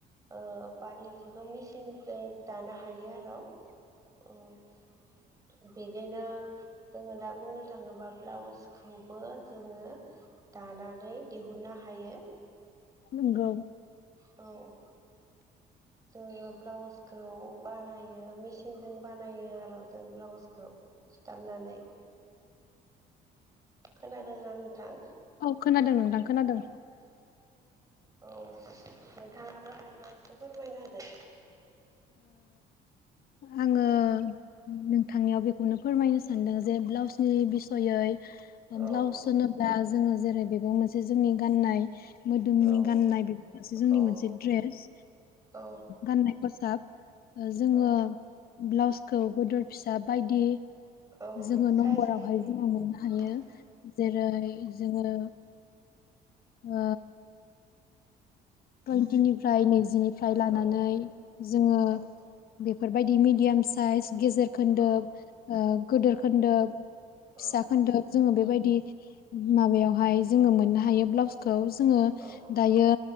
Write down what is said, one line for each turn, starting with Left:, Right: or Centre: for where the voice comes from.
Right: ओ पाट जिखौ मेसिनजों दानो हायो आरो। उम बिदिनो जोङो दा बुंनो थाङोब्ला ब्लाउसखौबो जोङो दानानै दिहुननो हायो।
Left: नंगौ
Right: औ जोङो ब्लाउसखौ बानायो मेसिनजों बानायो आरो जों ब्लाउसखौ सुथाबनानै खोनादोंना नोंथां
Left: औ खोनादों नोंथां खोनादों
Right: औ नोंथाङा बो हायोबा एसे फोरमायना होदो
Left: आङो नोंथांनियाव बेखौनो फोरमायनो सानदों जे ब्लाउसनि बिसयै
Right: होदो
Left: ब्लाउस होनोब्ला जोङो जेरै बेबो मोनसे जोंनि गाननाय मोदोमनि
Right: औ
Left: गाननाय बेफोरबो मोनसे जोंनि
Right: औ
Left: मोनसे द्रेस
Right: औ
Left: गाननाय पसाब जोङो
Right: औ
Left: ब्लाउसखौ गोदर फिसा बायदि
Right: औ
Left: जोङो
Right: साइसनि
Left: नम्बरावहाय जोङो मोननो हायो
Right: औ
Left: जेरै जोङो ओ टुइनटिनिफ्राय नैजिनिफ्राय लानानै
Right: औ
Left: जोङो
Right: औ
Left: बेफोरबायदि मिडियाम साइज गेजेर खोन्दो
Right: औ
Left: गोदोर खोन्दोब फिसा
Right: औ
Left: खोन्दोब जोङो बेबायदि माबायावहाय जोङो मोननो हायो ब्लाउसखौ जोङो
Right: औ
Left: दायो